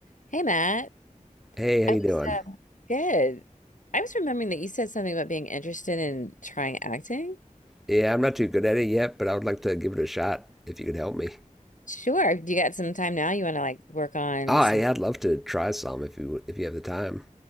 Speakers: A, on the left; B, in the centre.
A: Hey Matt,
B: Hey, how
A: I
B: you
A: was
B: doing?
A: um, good. I was remembering that you said something about being interested in trying acting.
B: Yeah, I'm not too good at it yet, but I would like to give it a shot if you could help me.
A: Sure, you got some time now. You want to like work on
B: Oh,
A: some?
B: yeah, I'd love to try some if you if you have the time.